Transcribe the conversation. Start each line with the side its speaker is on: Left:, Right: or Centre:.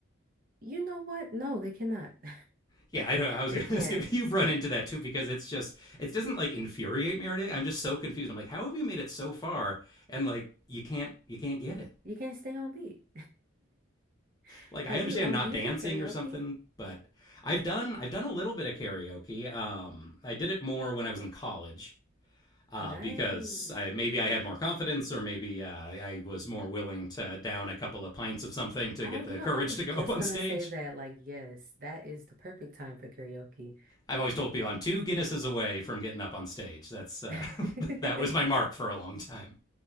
Right: You know what? No, they cannot. <laughs>
Left: Yeah, I know. I was
Right: They
Left: <laughs> gonna
Right: can't.
Left: ask if you've run into that too, because it's just it doesn't like infuriate me or anything. I'm just so confused. I'm like, how have you made it so far and like you can't you can't get it?
Right: You can't stay on beat. <laughs>
Left: like
Right: Have
Left: I understand
Right: you um
Left: not
Right: do you
Left: dancing
Right: do karaoke?
Left: or something, but I've done I've done a little bit of karaoke. Um, I did it more when I was in college uh,
Right: Nice.
Left: because I maybe I had more confidence or maybe uh, I was more willing to down a couple of pints of something to
Right: I
Left: get
Right: w-
Left: the
Right: you know,
Left: courage
Right: I was
Left: to go
Right: just
Left: up on
Right: gonna
Left: stage.
Right: say that like yes, that is the perfect time for karaoke.
Left: I've always told people I'm two Guinnesses away from getting up on stage. That's uh,
Right: <laughs>
Left: <laughs> that was my mark for a long time.